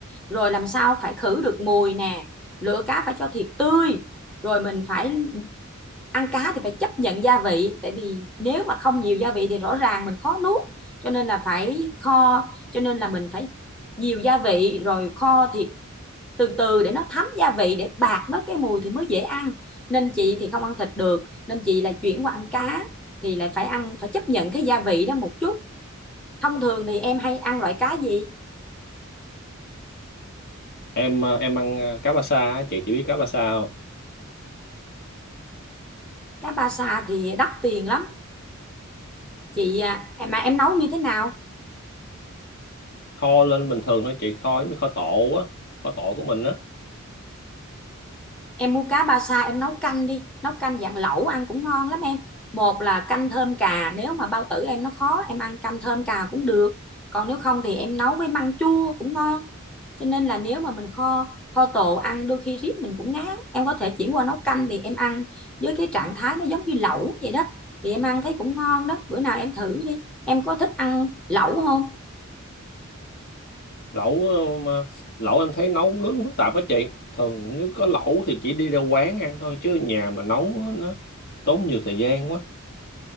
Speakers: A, in the centre; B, on the left.
A: rồi làm sao phải khử được mùi nè lựa cá phải cho thiệt tươi rồi mình phải ăn cá thì phải chấp nhận gia vị tại vì nếu mà không nhiều gia vị thì rõ ràng mình khó nuốt cho nên là phải kho cho nên là mình phải nhiều gia vị rồi kho thịt từ từ để nó thấm gia vị để bạc mất cái mùi thì mới dễ ăn nên chị thì không ăn thịt được nên chị là chuyển qua ăn cá thì lại phải ăn phải chấp nhận cái gia vị đó một chút thông thường thì em hay ăn loại cá gì
B: em ờ, em ăn ờ, cá ba sa á, chị chỉ biết cá ba sa không
A: cá ba sa thì đắt tiền lắm chị à, em mà em nấu như thế nào
B: kho lên bình thường thôi chị kho giống như kho tộ á kho tộ của mình á
A: em mua cá ba sa em nấu canh đi nấu canh dạng lẩu ăn cũng ngon lắm em một là canh thơm cà nếu mà bao tử em nó khó em ăn canh thơm cà cũng được còn nếu không thì em nấu với măng chua cũng ngon cho nên là nếu mà mình kho kho tộ ăn đôi khi riết mình cũng ngán em có thể chuyển qua nấu canh thì em ăn với cái trạng thái nó giống như lẩu vậy đó thì em ăn thấy cũng ngon đó bữa nào em thử đi em có thích ăn lẩu không
B: lẩu ờ, mà lẩu em thấy nấu nướng phức tạp á chị thường nếu có lẩu thì chỉ đi ra quán ăn thôi chứ nhà mà nấu á, nó tốn nhiều thời gian quá